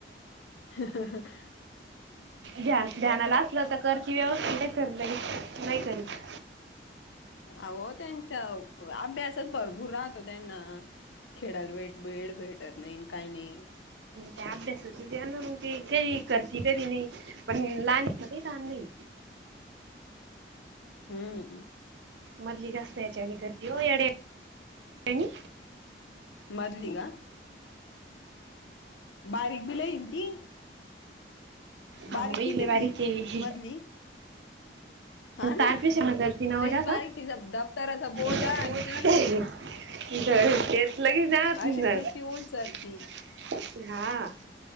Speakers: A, on the left; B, on the right.
A: हं हं हंहं.
B: ध्यान ध्यानाला असलं तर करती व्यवस्थीत नाही तर नाही नाही करीत.
A: आवो त्यांचा अभ्यासच भरपूर राहतो त्यांना. खेडायला वेड वेड भेटत नईन काय नई.
B: त्या अभ्यासचंयान मग ते कधी करती कधी नाही पण लहानीच काही थान नाही.
A: हम्म.
B: मधली जास्त याच्या आणि. करती वो येडे अणि
A: मधली का? बारीक बी लई ती बारीक
B: हाव बई
A: किती
B: लय बारीक
A: ती
B: ये.
A: मधली? हा ना
B: तारकिशी म करती नवजात
A: लईच बारीक
B: ह?
A: तिचा दप्तराचा बोजा
B: <unintelligible>
A: आणि ती अशी दिसती उलसर ती